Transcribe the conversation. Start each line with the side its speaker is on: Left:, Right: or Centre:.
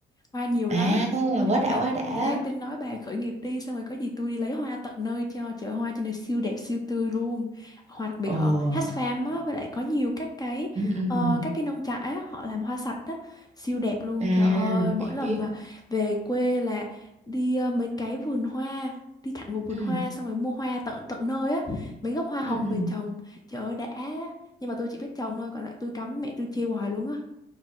Left: hoa nhiều
Right: À,
Left: lắm.
Right: quá đã
Left: đang
Right: quá đã.
Left: thì đang tính nói bà khởi nghiệp đi xong rồi có gì tôi đi lấy hoa tận nơi cho chợ hoa trên này siêu đẹp siêu tươi luôn hoa đặc biệt
Right: Ồ.
Left: ở Hatch Farm á với lại có nhiều các cái
Right: Ừ, ừ,
Left: ờ,
Right: ừ.
Left: các cái nông trại á họ làm hoa sạch á siêu đẹp luôn
Right: À,
Left: trời ơi mỗi
Right: biết
Left: lần
Right: biết.
Left: mà về quê là đi ờ, mấy cái vườn hoa đi thẳng vào vườn
Right: Ừ,
Left: hoa xong rồi mua hoa tận tận nơi á mấy gốc hoa
Right: ừ,
Left: hồng
Right: ừ.
Left: về trồng trời ơi đã nhưng mà tôi chỉ biết trồng thôi còn lại tôi cắm mẹ tôi chê hoài luôn á